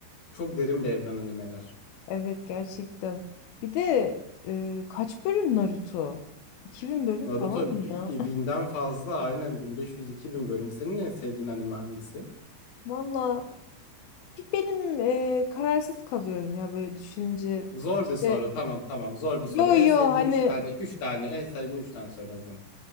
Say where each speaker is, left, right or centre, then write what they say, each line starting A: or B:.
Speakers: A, on the left; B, on the left.
A: Çok derin bir evren animeler.
B: Evet gerçekten. Bir de e, kaç bölüm Naruto? 2000 bölüm
A: Naruto
B: falan mı ya?
A: bi- e, binden fazla aynen bin beş yüz iki bin bölüm. Senin en sevdiğin anime hangisi?
B: <laughs> Valla bir benim e, kararsız kalıyorum ya böyle düşününce.
A: Zor
B: İşte
A: bir soru. Tamam tamam zor bir
B: yo
A: soru. En
B: yo
A: sevdiğin
B: hani
A: 3 tane 3 tane en sevdiğin 3 tane söyle o zaman.